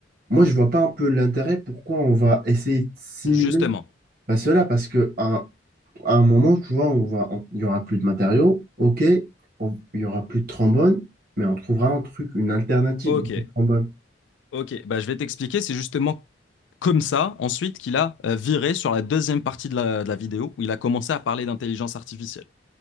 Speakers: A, on the right (about 55°); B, on the left (about 75°).
A: moi, je vois pas un peu l'intérêt pourquoi on va essayer de simuler
B: Justement.
A: bah, cela. Parce que à, à un moment, tu vois, on va, on- il y aura plus de matériaux. OK, on- il y aura plus de trombone, mais on trouvera un truc, une alternative
B: Ok.
A: de trombone.
B: Ok, bah, je vais t'expliquer. C'est justement comme ça, ensuite, qu'il a euh, viré sur la deuxième partie de la, de la vidéo où il a commencé à parler d'intelligence artificielle.